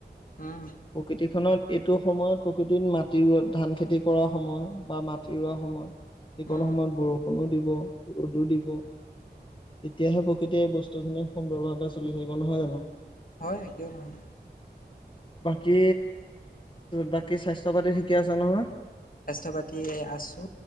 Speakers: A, on the left; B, on the left.
A: উম,
B: প্ৰকৃতিখনত এইটো সময়ত প্ৰকৃতিত মাটি ৰ ধান খেতি কৰা সময় বা মাটি ৰোৱা সময় যিক
A: উম,
B: সময়ত বৰষুণো দিব ৰ'দো দিব তেতিয়াহে প্ৰকৃতিয় এই বস্তু খিনি সুন্দৰভাৱে চলি থাকিব নহয় জানো
A: হয় কিয় নহয়
B: বাকী বাকী স্বাস্থ্য পাতি ঠিকেই আছে নহয়।
A: স্বাস্থ্য পাতি আছো